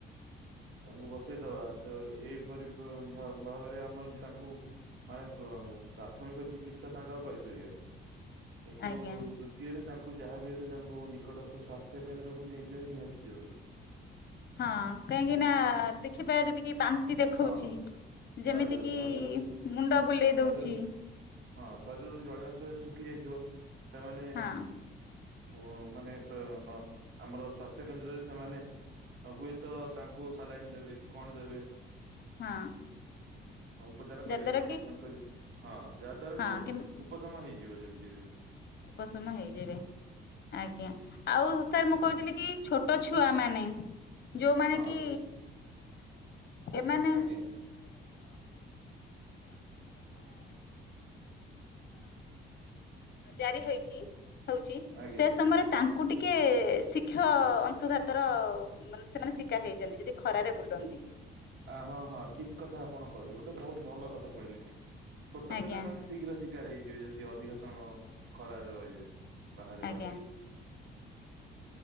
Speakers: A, on the right; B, on the left.
A: ତାଙ୍କୁ ବସେଇଦବା ତ ଏଇପରି ଭାବରେ ଆମର ତାଙ୍କୁ ମାନେ ପ୍ରାଥମିକ ଚିକିତ୍ସା ତାଙ୍କର କରିପାରିବା। କିନ୍ତୁ
B: ଆଜ୍ଞା
A: ଦ୍ଵିତୀୟରେ ତାଙ୍କୁ ଯାହାବି ହେଲେ ତାଙ୍କୁ ନିକଟସ୍ଥ ସ୍ଵାସ୍ଥ୍ୟ କେନ୍ଦ୍ରକୁ ନେଇଯିବା ନିହାତି ଜରୁରୀ।
B: ହଁ କାହିଁକି ନା ଦେଖିବା ଯଦି କି ବାନ୍ତି ଦେଖୋଉଛି।
A: ହଁ ବାସ୍
B: ଯେମିତି
A: ବାସ୍
B: କିି
A: ଶରୀରରୁ
B: ମୁଣ୍ଡ ବୁଲେଇ
A: ଶରୀରରୁ
B: ଦଉଛି।
A: ହଁ ଶରୀରରୁ ଜଳୀୟ ଅଂଶ ଶୁଖି ଯାଇଥିବ, ସେମାନେ
B: ହଁ
A: ହଁ ମାନେ ନ ଆମର ସ୍ୱାସ୍ଥ୍ୟକେନ୍ଦ୍ରରେ ସେମାନେ ଆଉ ହୁଏତ ତାଙ୍କୁ ସାଲାଇନ୍ ଦେବେ କି କଣ ଦେବେ?
B: ହଁ।
A: ହଁ ଉପଚାର କରିବେ
B: ଯାଦ୍ଵାରା
A: ତାଙ୍କ
B: କି
A: ଟ୍ରିଟମେଣ୍ଟ କରିବେ, ହଁ ଯାହା ଦ୍ଵାରା
B: ହଁ
A: ସେ
B: କି
A: ଉପଶମ ହେଇ ଯିବ ଯେମିତି ରେ।
B: ଉପଶମ ହେଇଯିବେ ଆଜ୍ଞା ଆଉ ସାର୍ ମୁଁ କହୁଥିଲି କି ଛୋ ଛୋଟ ଛୁଆ ମାନେ। ଯୋଉମାନେ
A: ହଁ
B: କି ଅ ମାନେ
A: ଆଜ୍ଞା।
B: ଜାରି ହେଇଛି ହଉଛି
A: ଆଜ୍ଞା
B: ସେ ଶିକ୍ଷ ଅଂଶୁଘାତର ମାନେ ସେମାନେ ଶିକାର ହେଇଛନ୍ତି ଯଦି ଖରାରେ ବୁଲନ୍ତି।
A: ଆ ହଁ ଛୋଟ
B: ଆଜ୍ଞା
A: ପିଲା। ବାହାରେ ରହିବେ।
B: ଆଜ୍ଞା